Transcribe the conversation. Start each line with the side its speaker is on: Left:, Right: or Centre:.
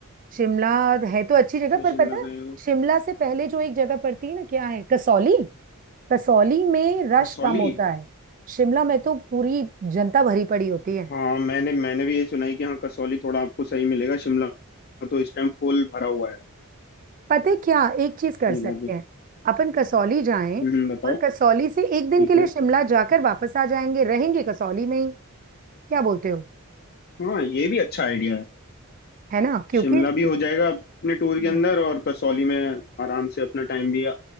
Right: शिमला है तो अच्छी जगह
Left: अच्छा,
Right: पर
Left: शिमला
Right: पता है
Left: गए हो
Right: शिमला से पहले जो एक जगह पड़ती है ना क्या है कसौली कसौली में रश
Left: कसौली
Right: कम होता है शिमला में तो पूरी जनता भरी पड़ी होती है
Left: हाँ मैंने मैंने भी ये सुना है कि हाँ कसौली थोड़ा आपको सही मिलेगा शिमला तो इस टाइम फुल भरा हुआ है
Right: पता है क्या एक चीज कर
Left: ये
Right: सकते
Left: बात भी
Right: हैं अपन कसौली जाएं
Left: हम्म हम्म, बताओ
Right: और कसौली से एक दिन
Left: ठीक
Right: के लिए
Left: है
Right: शिमला जाकर वापस आ जाएंगे रहेंगे कसौली में ही क्या बोलते हो
Left: हाँ ये भी अच्छा आइडिया है
Right: है ना क्योंकि
Left: शिमला भी हो जाएगा अपने टूर
Right: हम्म
Left: के अंदर और कसौली में आराम से अपना टाइम भी